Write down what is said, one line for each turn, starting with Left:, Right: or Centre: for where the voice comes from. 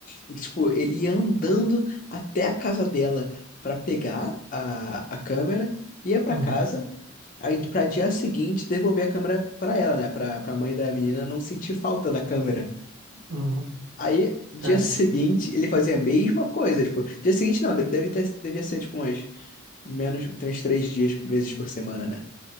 Left: e, tipo, ele ia andando até a casa dela pra pegar a, a câmera, ia pra
Right: uhum.
Left: casa, aí pra dia seguinte devolver a câmera pra ela, né? Pra, pra mãe da menina não sentir falta da câmera.
Right: Uhum.
Left: Aí, dia
Right: Caramba.
Left: seguinte, ele fazia a mesma coisa, tipo, dia seguinte não, deve, deve ter, devia ser, tipo, umas menos, tem uns três dias, vezes por semana, né?